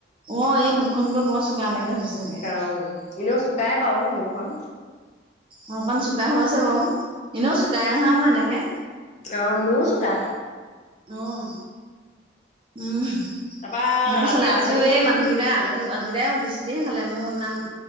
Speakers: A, on the right (about 25°); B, on the left (about 35°).
A: অঁ, এই মুখখন বুলো বৰ চোকা, এনেকে হৈ গৈছে চাগে।
B: অঁ। এনেও চুকাই বাও মুখখন।
A: অ', অকন চুকা হৈছে বাও, এনেও চোকাই নহয় মই এনেকে
B: অঁ, মোৰ চুকা
A: অঁ, উম।
B: তাৰপা
A: মোৰ
B: ৰাতি
A: চলে
B: ভাত
A: আজিও
B: পানী কি
A: এই মানুহকেইটা তে আলহী সেকেইটাই বেছিকেহে খালে মোৰ ইমান